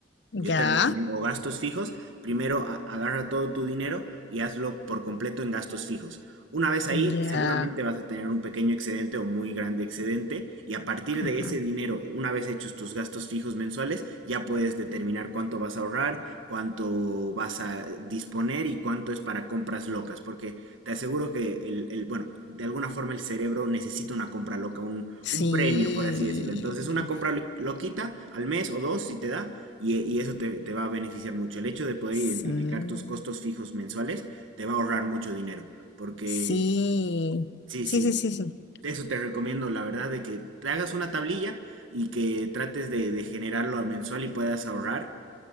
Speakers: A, on the right (about 85°); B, on the left (about 60°).
A: yo
B: Ya,
A: te recomiendo gastos fijos. Primero a- agarra todo tu dinero y hazlo por completo en gastos fijos. Una vez ahí,
B: ya.
A: seguramente vas a tener un pequeño excedente o muy grande excedente y a partir
B: Ajá.
A: de ese dinero, una vez hechos tus gastos fijos mensuales, ya puedes determinar cuánto vas a ahorrar, cuánto vas a disponer y cuánto es para compras locas, porque te aseguro que el, el- bueno, de alguna forma el cerebro necesita una compra loca, un, un
B: Sí,
A: premio, por así decirlo. Entonces, una compra lo- loquita al mes o dos, si te da y, e- y eso te, te va a beneficiar mucho. El hecho de poder
B: sí,
A: identificar tus costos fijos mensuales te va a ahorrar mucho dinero. Porque,
B: sí,
A: sí,
B: sí,
A: sí,
B: sí, sí, sí,
A: eso te recomiendo, la verdad, de que te hagas una tablilla y que trates de, de generarlo a mensual y puedas ahorrar.